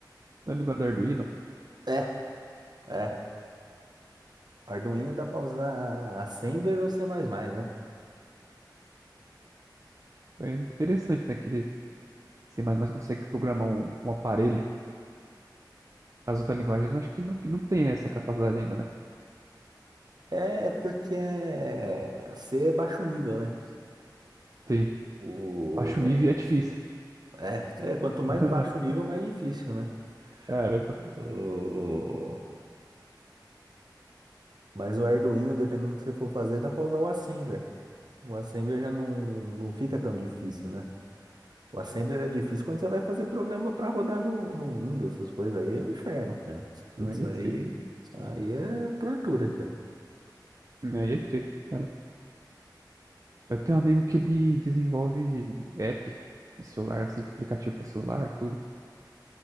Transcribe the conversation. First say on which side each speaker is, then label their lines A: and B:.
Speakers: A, on the right (about 45°); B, on the right (about 65°).
A: A linguagem do Arduino.
B: É, é. Arduino dá pra usar Assembler ou C++, né?
A: É interessante, né? Que ele C++ consegue programar um, um aparelho. As outras linguagens, eu acho que não, que não tem essa capacidade ainda, né?
B: É porque é- C é baixo nível, né?
A: Sim.
B: O...
A: Baixa nível é difícil.
B: É, é, quanto mais
A: <laughs>
B: baixo o nível, mais difícil, né?
A: Caramba,
B: O- Mas o Arduino, dependendo do que você for fazer, dá pra usar o Assembler. O Assembler já não, não fica tão difícil, né? O Assembly era difícil quando você vai fazer programa pra rodar no, no Windows, essas coisas aí é um inferno, cara. Putz,
A: aí é
B: aí,
A: treta.
B: aí é tortura, cara.
A: Aí é treta, caramba. Eu tenho um amigo que ele desenvolve app de celular, assim, aplicativo para celular, tudo.